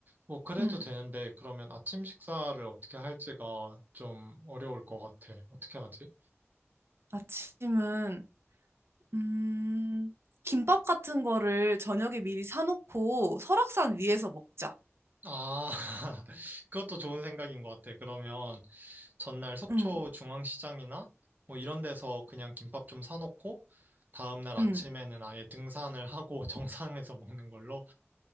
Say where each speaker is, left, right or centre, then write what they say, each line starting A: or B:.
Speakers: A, on the right; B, on the right.
A: 뭐 그래도
B: 응
A: 되는데 그러면 아침 식사를 어떻게 할지가 좀 어려울 것 같아. 어떻게 하지?
B: 아침은, 음, 김밥 같은 거를 저녁에 미리 사놓고 설악산 위에서 먹자.
A: 아, <laughs> 그것도 좋은 생각인 것 같아. 그러면 전날 속초
B: 응.
A: 중앙시장이나 뭐 이런 데서 그냥 김밥 좀 사놓고 다음날 아침에는
B: 응,
A: 아예 등산을 하고 <laughs> 정상에서 먹는 걸로.